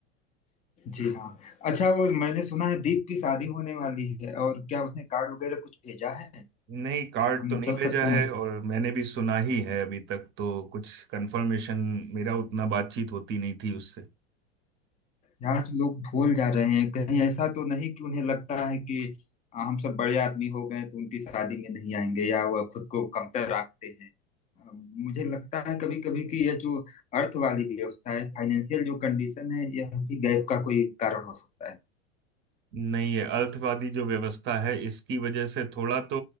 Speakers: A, on the left (about 20°); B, on the right (about 35°).
A: जी हाँ अच्छा वो मैंने सुना है दीप की शादी होने वाली है और क्या उसने कार्ड वगैरह कुछ भेजा है
B: नहीं कार्ड
A: हम
B: तो नहीं
A: चल
B: भेजा
A: सकते
B: है
A: हैं
B: और मैंने भी सुना ही है अभी तक तो कुछ कंफर्मेशन मेरा उतना बातचीत होती नहीं थी उससे
A: यार तो लोग भूल जा रहे हैं कहीं ऐसा तो नहीं कि उन्हें लगता है कि आ, हम सब बड़े आदमी हो गए तो उनकी शादी में नहीं आएंगे या वह खुद को कमतर रखते हैं आ, मुझे लगता है कभी कभी कि यह जो अर्थ वाली व्यवस्था है फाइनेंशियल जो कंडीशन है यह भी गैप का कोई कारण हो सकता है
B: नहीं है अर्थवादी जो व्यवस्था है इसकी वजह से थोड़ा तो